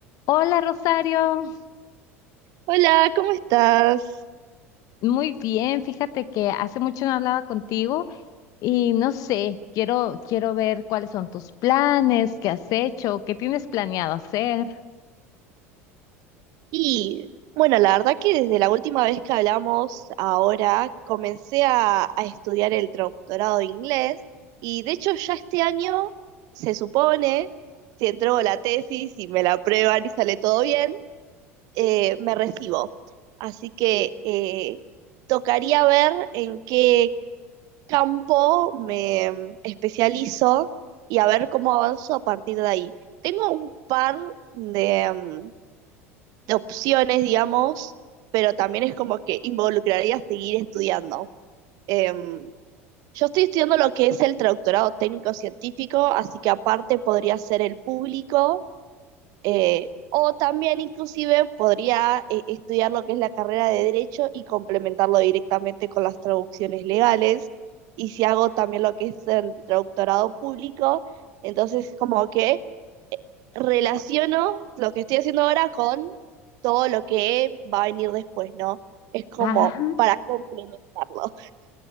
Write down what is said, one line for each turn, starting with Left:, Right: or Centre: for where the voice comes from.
Left: Hola Rosario,
Right: Hola, ¿cómo estás?
Left: muy bien, fíjate que hace mucho no hablaba contigo y no sé, quiero, quiero ver cuáles son tus planes, qué has hecho, qué tienes planeado hacer.
Right: Y bueno, la verdad que desde la última vez que hablamos, ahora comencé a, a estudiar el doctorado de inglés y de hecho ya este año se supone, si entrego la tesis y me la aprueban y sale todo bien, eh, me recibo. Así que eh, tocaría ver en qué campo me mm, especializo y a ver cómo avanzo a partir de ahí. Tengo un par de... mm, de opciones, digamos, pero también es como que involucraría seguir estudiando. Em, yo estoy estudiando lo que es el traductorado técnico-científico, así que aparte podría ser el público, eh, o también inclusive podría eh, estudiar lo que es la carrera de derecho y complementarlo directamente con las traducciones legales. Y si hago también lo que es el traductorado público, entonces como que relaciono lo que estoy haciendo ahora con todo lo que va a venir después, ¿no? Es como
Left: Ah,
Right: para complementarlo.